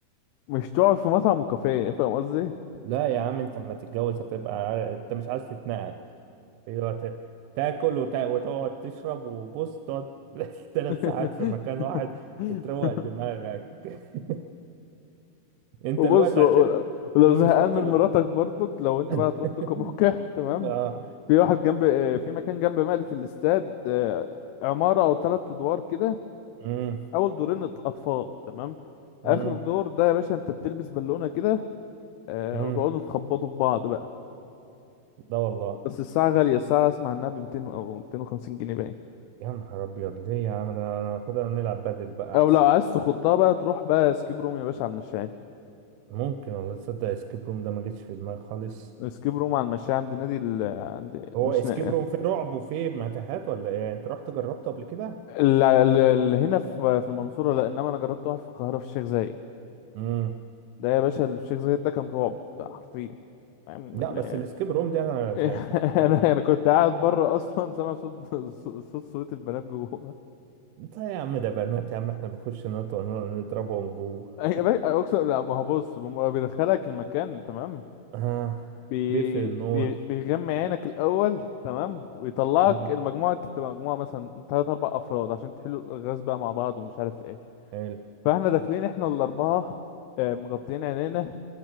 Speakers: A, on the left; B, on the right.
A: مش تقعد في مطعم وكافيه يعني فاهم قصدي
B: لا يا عم انت لما تتجوز هتبقى عار- انت مش عايز تتنقل ايوه ت- تاكل وت... وتقعد تشرب وبص تقعد <laughs> ثلاث
A: <laughs>
B: ساعات في مكان واحد وتروق دماغك <laughs> انت
A: وبص
B: الوقت
A: و-
B: عشان
A: ولو
B: عشان
A: زهقان
B: مش خاطر
A: من مراتك برضك لو انت
B: <laughs>
A: بقى هتروح توكابوكا <laughs> تمام
B: اه
A: في واحد جنب آه، في مكان جنب مقلة الاستاد آه، عمارة او ثلاث ادوار كده
B: امم
A: اول دورين أط- اطفال تمام
B: امم
A: اخر دور ده يا باشا انت بتلبس بالونة كده آه،
B: امم
A: وتقعدوا تخبطوا في بعض بقى
B: ده والله
A: بس الساعة غالية الساعة اسمع انها ب 200 او 250 جنيه باين
B: يا نهار ابيض ليه يا عم انا انا خدها نلعب بدل بقى
A: او
B: احسن
A: لو عايز تخضها بقى تروح بقى اسكيب روم يا باشا على المشاية
B: ممكن والله تصدق اسكيب روم ده ما جتش في دماغي خالص
A: اسكيب روم على المشاية عند نادي ال... عند
B: هو
A: مش
B: اسكيب
A: ن...
B: روم فيه رعب وفيه متاهات ولا ايه يعني انت رحت جربته قبل كده
A: ال... ال... ال... هنا في في المنصورة لا انما انا جربت واحد في القاهرة في الشيخ زايد
B: امم
A: ده يا باشا اللي في الشيخ زايد ده كان رعب بقى حرفيا فاهم
B: لا
A: ال-
B: بس السكيب روم ده انا
A: <laughs>
B: شايف فاكر ان
A: انا
B: هي ما-
A: انا كنت قاعد بره اصلا سامع صوت صوت صوت البنات جوه
B: انت يا عم ده بنات يا عم احنا بنخش نط- نضربهم جوه
A: <laughs> أي- أقسم لا ما هو بص بم- بيدخلك المكان تمام
B: آه.
A: بي...
B: بيقفل النور
A: بي... بيغمي عينك الأول تمام ويطلعك
B: امم
A: المجموعة انت بتبقى مجموعة مثلا تلات أربع أفراد عشان تحلوا الألغاز بقى مع بعض ومش عارف ايه
B: حلو
A: فاحنا داخلين احنا الأربعة آه، مغطيين عينينا